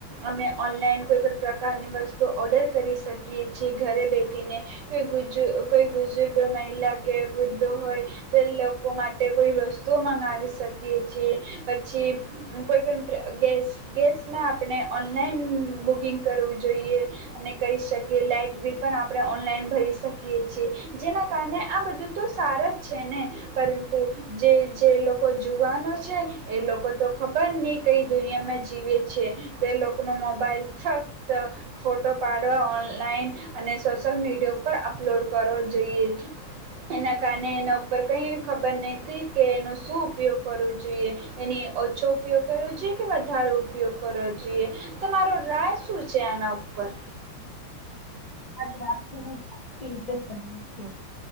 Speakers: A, on the right; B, on the left.
A: અમે ઓનલાઈન કોઈપણ પ્રકારની વસ્તુ ઓર્ડર કરી શકીએ છીએ ઘરે બેઠીને કોઈ ગુજ કોઈ બુઝુર્ગ મહિલા કે વૃદ્ધો હોય તે લોકો માટે કોઈ વસ્તુઓ મંગ ગાવી શકીએ છે પછી કોઈ પણ ગ ગેસમાં આપણે ઓનલાઈન બુકિંગ કરવું જોઈએ અને કરી શકીએ લાઈટ બિલ પણ આપણે ઓનલાઈન ભરી શકીએ છી જેના કારણે આ બધું તો સારા જ છે ને પરંતુ જે જે લોક કો જુવાનો છે એ લોકો તો ખબર નહી કઈ દુનિયામાં જીવે છે તો એ લોકો ન મોબાઈલ ફક્ત ફોટો પાડવા ઓનલાઈન અને સોશયલ મીડિયા ઉપર અપલોડ કરો જોઈએ. એના કારણે એના ઉપર કંઈ ખબર નથી કે એનનો શું ઉપયોગ કરવો જોઈએ એની ઓછો ઉપયોગ કરવો જોઈએ કે વધારો ઉપયોગ કરવો જોઈએ તમારો રાય શું છે આના ઉપર?
B: તમારી વાત થી હું આખી રીતે સહેમત છું.